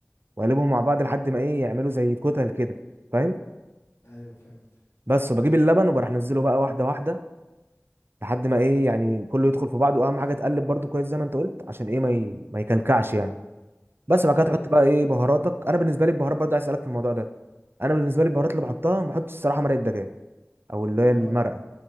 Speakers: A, on the right (about 50°); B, on the left (about 85°).
A: واقلبهم مع بعض لحد ما ايه يعملوا زي كتل كده فاهم
B: ايوه فهمت
A: بس وبجيب اللبن وبروح انزله بقى واحده واحده لحد ما ايه يعني كله يدخل في بعضه واهم حاجه تقلب برضو كويس زي ما انت قلت عشان ايه ما ي... ما يكلكعش يعني بس بعد
B: اه
A: كده تحط
B: طب
A: بقى ايه بهاراتك انا بالنسبه لي البهارات برضو عايز اسالك في الموضوع ده انا بالنسبه لي البهارات اللي بحطها ما بحطش الصراحه مرقه دجاج او اللي هي
B: اه
A: المرقه